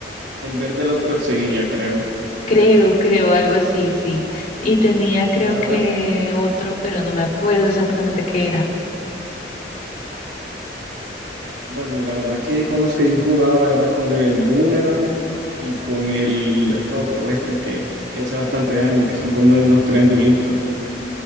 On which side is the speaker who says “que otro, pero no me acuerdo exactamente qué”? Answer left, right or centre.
Left